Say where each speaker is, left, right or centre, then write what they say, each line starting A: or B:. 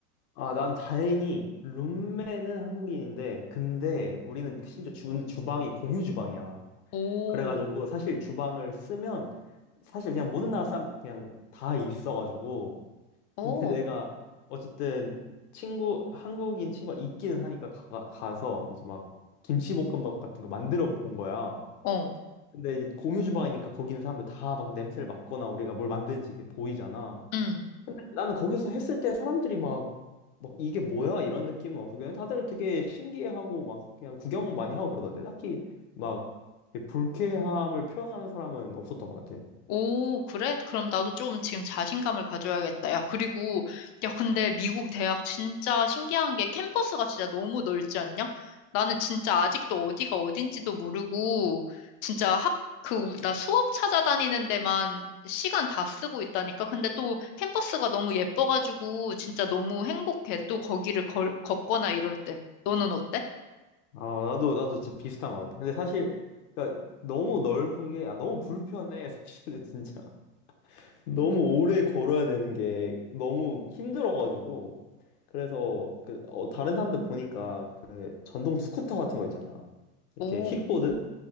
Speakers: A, on the left; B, on the left.
A: 아, 난 다행히 룸메는 한국인인데, 근데 우리는 심지어 주, 주방이 공유 주방이야.
B: 오,
A: 그래가지고 사실 주방을 쓰면 사실 그냥 모든 나라 사람 그냥 다 있어가지고
B: 오,
A: 근데 <laughs> 내가 어쨌든 친구 한국인 친구가 있기는 하니까 가, 가서 이제 막 김치볶음밥 같은 거 만들어 본 거야.
B: 어,
A: 근데 이제 공유 주방이니까 거기 있는 사람들 다 막 냄새를 맡거나 우리가 뭘 만드는지 이게 보이잖아.
B: 응.
A: 나는 거기서 했을 때 사람들이 막, 막 이게 뭐야? 이런 느낌은 없고 그냥 다들 되게 신기해하고 막 그냥 구경 많이 하고 그러던데 딱히 막 불쾌함을 표현하는 사람은 없었던 것 같아.
B: 오, 그래? 그럼 나도 좀 지금 자신감을 가져야겠다. 야, 그리고, 야, 근데 미국 대학 진짜 신기한 게 캠퍼스가 진짜 너무 넓지 않냐? 나는 진짜 아직도 어디가 어딘지도 모르고, 진짜 학, 그, 우- 나 수업 찾아다니는 데만 시간 다 쓰고 있다니까? 근데 또 캠퍼스가 너무 예뻐가지고, 진짜 너무 행복해. 또 거기를 걸, 걷거나 이럴 때. 너는 어때?
A: 아, 나도, 나도 진짜 비슷한 것 같아. 근데 사실, 그러니까 너무 넓은 게, 아, 너무 불편해. <laughs> 사실은 진짜. 너무 오래 걸어야 되는 게 너무 힘들어가지고. 그래서 그, 어, 다른 사람들 보니까 그 전동 스쿠터 같은 거 있잖아. 이렇게
B: 오,
A: 킥보드?